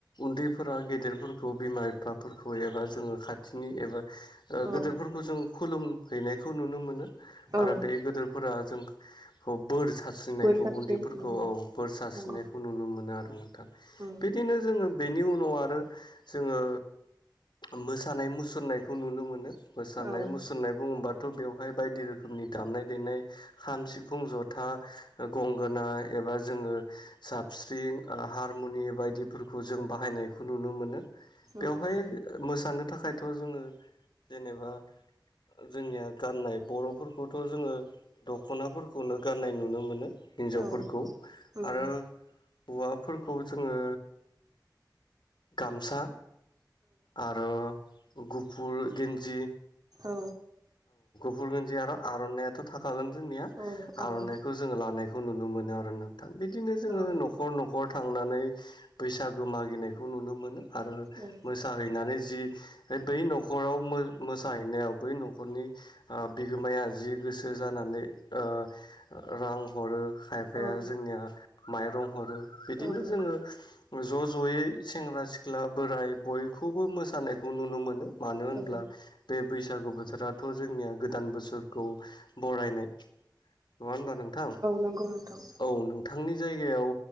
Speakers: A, on the left; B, on the right.
A: उन्दैफोरा गेदेरफोरखौ बिमा बिफाफोरखौ एबा जोङो खाथि नि एबा ओ
B: औ
A: गेदोरफोरखौ जों खुलुम हैनायखौ नुनो मोनो।
B: औ
A: आरो बे गोदोरफोरा जों खौ बोर सारस्रिनायखौ
B: बोर सास्रि
A: उन्दैफोरखौ
B: उम
A: औ बोर सारस्रिनायखौ
B: नंगौ
A: नुनो मोनो। नों नोंथां
B: उम
A: बिदिनो जोङो बेनि उनाव आरो जोङो मोसानाय मुसुरनायखौ नुनो मोनो। मोसानाय
B: औ
A: मुसुरनाय बुङोबा थ' बेवहाय बायदि रोखोमनि दामनाय देनाय खाम सिफुं जथा। गंगोना एबा जोङो साबस्रिं ओ हारमुनि बायदिफोरखौ जों बाहायनायखौ नुनो मोनो।
B: औ
A: बेवहाय
B: नंगौ नोंथां
A: मोसानो थाखायथ' जोङो जेनेबा जोंनिया गाननाय बर'फोरखौथ' जोङो दख'नाफोरखौनो गाननाय नुनो मोनो।
B: औ
A: हिन्जावफोरखौ
B: उम
A: आरो हौवाफोरखौ जोङो गामसा आरो गुफुर गेन्जि
B: औ
A: बुरन्जि आरो आरनाइाथ थाखागोन जोंनिया
B: औ आरो
A: आरनाइखौ जोंङो लानाय खौ नुनो मोनो आरो ना। था बिदिनो जोंङो
B: औ
A: नखर नखर थांनानै बैसागु मागिनायखौ नुनो मोनो आरो
B: औ
A: मोसाहैनानै जि बै नखराव मो मोसाहैनायाव बै नखरनि ओ बिगोमाया जि गोसो जानानै ओ रां हरो खायफाया
B: औ
A: जोंनिया माइरं हरो बिदिनो
B: औ नंगौ
A: जोंङो ज जयै सेंग्रा सिख्ला बोराइ बयखौबो मोसानायखौ नुनो मोनो मानो होनब्ला
B: औ
A: बे बैसागु बोथोराथ जोंनिया गोदान बोसोरखौ बरायनाय नङा होमबा नोंथां औ
B: नंगौ नोंथां
A: नोंथांनि जायगायाव